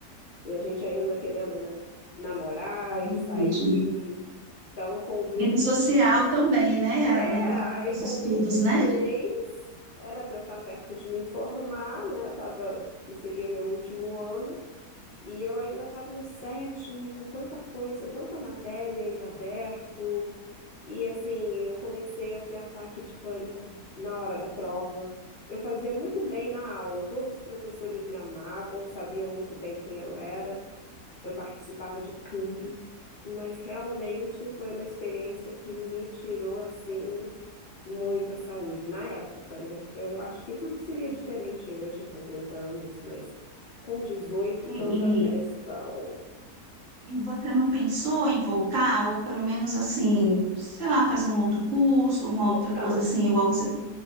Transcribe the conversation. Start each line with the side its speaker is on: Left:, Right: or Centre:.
Left: E a gente ainda querendo, né, namorar
Right: É
Left: e
Right: verdade.
Left: sair. Então, com vinte
Right: Vida social também, né?
Left: É,
Right: Além dos
Left: aí com
Right: estudos,
Left: vinte e três
Right: né?
Left: era para eu estar perto de me formar, né? Tava, seria o meu último ano. E eu ainda estava no sétimo, com tanta coisa, tanta matéria em aberto. E assim, eu comecei a ter ataque de pânico na hora da prova. Eu fazia muito bem na aula, todos os professores me amavam, sabiam muito bem quem eu era eu participava de tudo, mas realmente foi uma experiência que me tirou assim muita saúde na época, né? Eu acho que tudo seria diferente hoje com 30 anos, mas com 18, tanta
Right: E, e-
Left: pressão.
Right: e você não pensou em voltar, ou pelo menos assim, sei lá, fazer um outro curso, uma
Left: Então,
Right: outra coisa assim, igual você